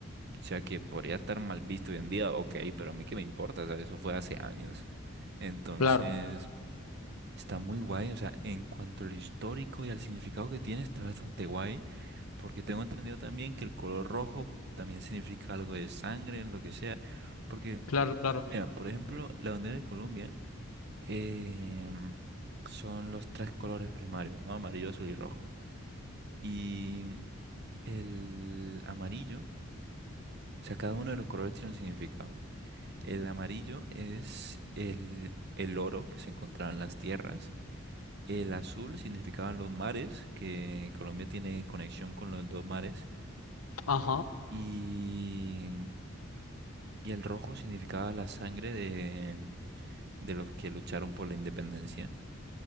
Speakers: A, on the right; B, on the left.
A: O sea que podría estar mal visto hoy en día, ok, pero a mí qué me importa, o sea, eso fue hace años. Entonces,
B: claro,
A: Está muy guay, o sea, en cuanto a lo histórico y al significado que tiene, está bastante guay, porque tengo entendido también que el color rojo también significa algo de sangre, lo que sea, porque,
B: claro, claro.
A: mira, por ejemplo, la bandera de Colombia em, son los tres colores primarios, ¿no? Amarillo, azul y rojo. Y el amarillo, o sea, cada uno de los colores tiene un significado. El amarillo es el, el oro que se encontraba en las tierras. El azul significaban los mares, que Colombia tiene conexión con los dos mares.
B: Ajá,
A: Y, y el rojo significaba la sangre de, de los que lucharon por la independencia.